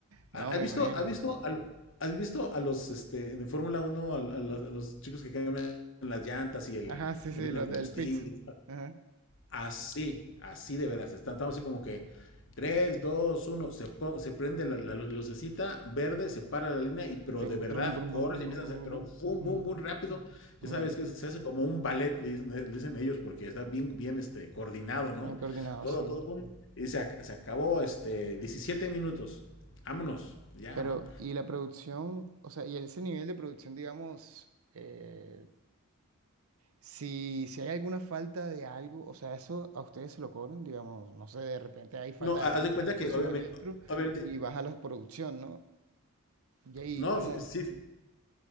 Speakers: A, on the right; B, on the left.
A: no
B: ¿Has
A: me
B: visto,
A: imagino.
B: has visto, a, has visto a los, este, en Fórmula Uno a, a, los, a, los, chicos que cambian las llantas y el,
A: Ajá, sí, sí,
B: le meten
A: los
B: el combustible?
A: del Pix. Ajá.
B: Así, así de veras. Estamos así como que tres dos uno se, se prende la, la lucecita verde, se para la línea, y pero
A: Y Trum,
B: de verdad
A: trum, brum,
B: corres
A: brum, brum,
B: y empiezas
A: brum, brum,
B: a hacer, pero
A: brum.
B: boom,
A: Mm,
B: boom, boom, rápido. Ya
A: mm.
B: sabes que se hace como un ballet, le dicen, le dicen ellos, porque está bien, bien este, coordinado, ¿no?
A: Bien coordinado,
B: Todo,
A: sí.
B: todo, boom. Y se, ac- se acabó este, 17 minutos. Vámonos, ya,
A: Pero,
B: ¿no?
A: y la producción, o sea, y ese nivel de producción, digamos, eh, si, si hay alguna falta de algo, o sea, eso a ustedes se lo cobran, digamos, no sé, de repente hay falta
B: No, ha-
A: de algún
B: haz de
A: tipo
B: cuenta que
A: de
B: obviamente,
A: suministro
B: obviamente,
A: y baja la producción, ¿no? Y ahí,
B: no,
A: como.
B: fi- sí,